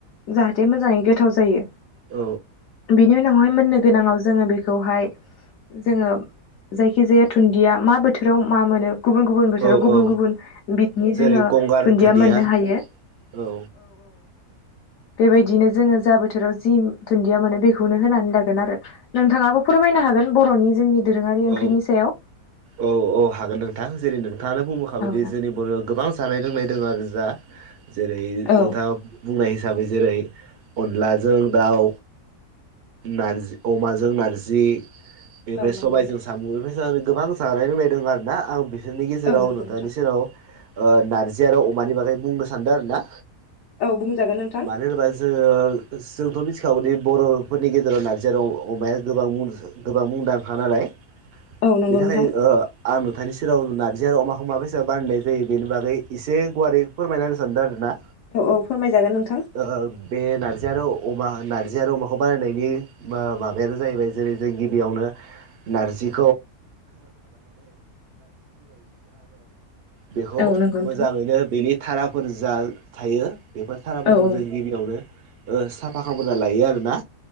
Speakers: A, on the left; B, on the right.
A: जाहाथे मोजाङै गोथाव जायो
B: औ
A: बेनि उन उनावहाय मोननो गोनाङाव जोङो बेखौहाय जोङो जायखि जाया थुुनन्दिया मा बोथोराव मा मोनो गुबुन गुबुन बोथोराव
B: औ
A: गुबुन
B: औ
A: गुबुन बिटनि
B: जेरै
A: जोङो
B: गंगार
A: दुुनन्दिया
B: धुनिया
A: मोननो हायो।
B: औ
A: बेबायदिनो जोङो जा बोथोराव जि दुन्दिया मोनो बेखौनो होनानै लागोन आरो नोंथाङाबो फोरमायनो हागोन बर'नि जोंनि दोरोङारि ओंख्रिनि
B: औ
A: सायाव
B: औ औ हागोन नोंथां जेरै नों नोंथाङानो बुंबोखाबायदि
A: औ नोंथां
B: जोंनि बर'आव गोबां जानाय लोंनाय दङ आरो जा जेरै
A: औ
B: नोंथाङा बुंनाय हिसाबै जेरै अनलाजों दाउ नारजि अमाजों नार्जि बेनिफ्राय
A: औ नंगौ
B: सबायाइजों
A: नोंथां
B: साम' बेफ्राय गोबां जानाय लोंलनाय द आरो ना आं बि बिसोरनि गेजेराव
A: औ नंगौ
B: नुथनि
A: नोंथां
B: सेराव नारजि आरो अमानि बागै बुंनो सानदों आरो ना
A: औ बुंजागोन नोंथां
B: मानो होनबा जोङो। आवदि बर'फोरनि गेजेराव नारजि अमाया गोबां गोबां मुंदांखा नालाय
A: औ नंगौ
B: बेनि थाखाय
A: नोंथां
B: ओ आं नुथनि सेराव नारजि आरो अमाखौ माबेसे बानायनाय जायो बेनि बागै एसे गुवारै फोरमायना होनो सानदों आरो ना
A: औ औ फोरमायजागोन नोंथां
B: ओ बे नारजि आरो अमा नार्जि आरो अमाखौ बानायनायनि माबायानो जाहैबाय जेरै जों गिबियावनो नारजि बेखौ
A: औ नंगौ
B: मोजाङैनो
A: नोंथां
B: बेनि थाराफोर जा बेफोर थाराफोरखौ
A: औ औ
B: जों गिबियावनो ओ साफा खालामना लायो आरोना